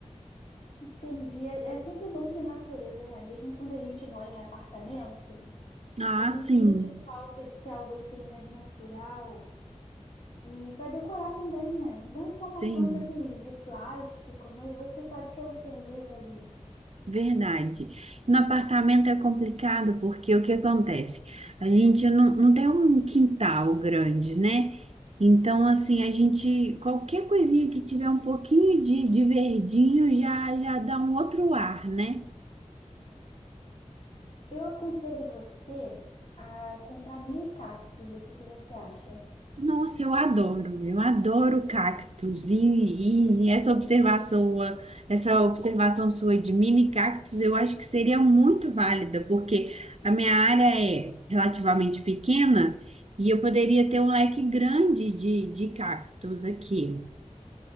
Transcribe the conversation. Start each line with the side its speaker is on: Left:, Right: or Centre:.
Left: Entendi. É é sempre bom ter natureza, né? Mesmo quando a gente mora em apartamento,
Right: Ah,
Left: a gente
Right: sim,
Left: sente falta de ter algo assim mais natural. E para decorar também, né? Não só
Right: sim,
Left: uma planta assim de plástico, mas você sabe que é um ser vivo ali.
Right: verdade. No apartamento é complicado porque o que acontece? A gente não, não tem um quintal grande, né? Então, assim, a gente, qualquer coisinha que tiver um pouquinho de, de verdinho já, já dá um outro ar, né?
Left: Eu aconselho você a comprar mini cactos. O que que você acha?
Right: Nossa, eu adoro, eu adoro cactos e, e- e essa observação, sua- essa observação sua de mini cactos, eu acho que seria muito válida, porque a minha área é relativamente pequena e eu poderia ter um leque grande de, de cactos aqui.